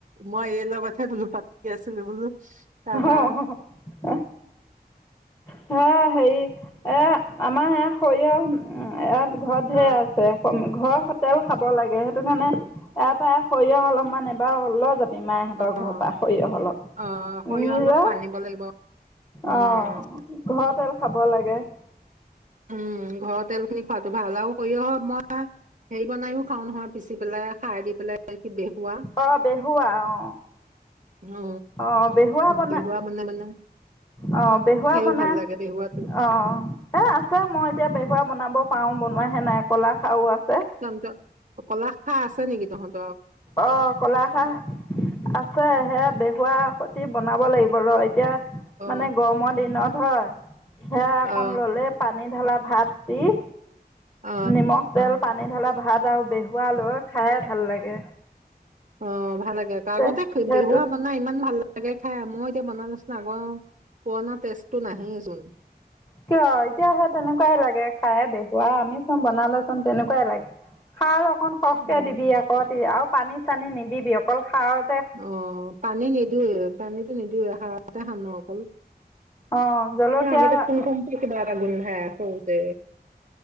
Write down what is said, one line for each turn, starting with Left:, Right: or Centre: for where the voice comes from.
Right: মই এই লগ তাকে ধুনুক বোলো পাতি আছিলো বোলো তাৰপা
Left: হ হ শহ <unintelligible> অ হেৰি এ আমাৰ এ সৰিয়হ ইয়াত ঘৰত
Right: অ
Left: ঢেৰ আছে ঘৰ তেল খাব লাগে সেইটো কাৰণে তাৰ পৰা সৰিয়হ অলপমান এবাৰ অল মাহহঁতৰ ঘৰৰ
Right: অ
Left: পৰা সৰিয়হ অলপ
Right: অ সৰিয়হ
Left: নিজৰ
Right: অলপ আনিব লাগিব উম
Left: অঁ ঘৰৰ তেল খাব লাগে অ
Right: উম ঘৰৰ তেল খিনি খোৱাাতটো ভাল আৰু সৰিয়হ মই হেৰি বনাইও খাওঁ নহয় পিচি পেলাই সাৰ দি পেলাই কি বেহুৱা
Left: অ বেহুৱা অ
Right: অ
Left: আহ বেহুৱা বনাই
Right: বেহুৱা মানে মানে
Left: আহ বেহুৱা
Right: খাইও
Left: বনাাই
Right: ভাল লাগে বেহুৱাটো
Left: আহ এ আ ছাৰ মই এতিয়া বেহুৱৰা বনাব পাৰোঁ বনোৱাহে নাই ক'লা খাৰা
Right: তন্ত কলা হা আছা নেকি তহন <unintelligible>
Left: অ কলাখাহ আছে সেয়া বেহুৱা খতি বন বনাব লাগিব ৰ এতিয়া
Right: অ
Left: মানে গৰমৰ দিনত হয় সে অকন
Right: অ
Left: ললে পানী ঢালা ভাত উ
Right: অ
Left: নিমখ তেল পানী ঢালা ভাত বেহুৱা লৈ খাই ভাল লাগে
Right: অ ভাল লাগে আকৌ
Left: তে
Right: আগতে
Left: সেইটো
Right: বিহুৱা মাননা ইমান ভাল লাগে ঠ মই এতিয়া বনালোচোন আগৰ পুৰণা টেষ্টটো নাহেইচোন
Left: কিয় এতিয়া সে তেনেকুৱাই লাগে খায়ে দেখুৱা আমি চোন বনালে চোন তেনেকুৱাই লাগে খাৰ খন সৰখকে
Right: উম
Left: দিবি আকতে আৰু পানী চানী নিদিবি অকল সাৰৰ
Right: অ পানী নিদওৱে পানীতো নিদিওঁৱেই কতে সানো আকল
Left: অঁ জলকীয়া
Right: আগতে ক ব <unintelligible> লাগুণ হে সতে